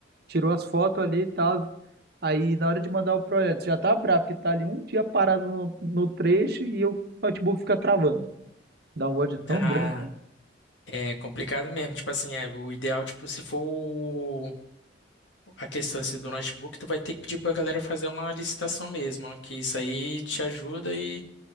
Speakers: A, on the right (about 55°); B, on the left (about 75°).
A: Tirou as fotos ali e tal. Aí na hora de mandar o projeto, já tá brabo, porque tá ali um dia parado no, no trecho e o notebook fica travando. Dá um ódio tão
B: Tá.
A: grande. cara.
B: É complicado mesmo, tipo assim, é, o ideal, tipo, se for o- a questão assim, do notebook, tu vai ter que pedir pra galera fazer uma licitação mesmo, ó, que isso aí te ajuda e,